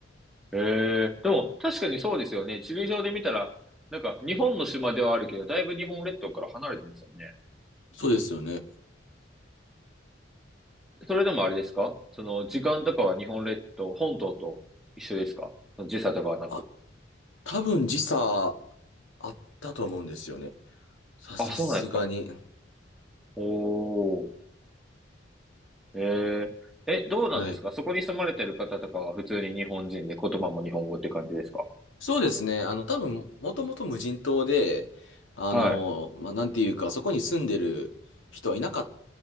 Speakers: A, in the centre; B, on the left.
A: へえ。でも、確かにそうですよね。地理上で見たら、なんか、日本の島ではあるけど、だいぶ日本列島から離れてますよね。
B: そうですよね。
A: それでもあれですかその、時間とかは日本列島、本島と一緒ですか時差とかはなく。
B: あ、多分時差あったと思うんですよね。さ、さすがに。
A: あ、そうなんですか。おー。へえ。え、どうなんですかそこに住まれてる方とかは普通に日本人で言葉も日本語って感じですか
B: はい。そうですね。あの、多分、もともと無人島で、あの、
A: は
B: まあ、なんていうか、そこに住んでる人はいなかっ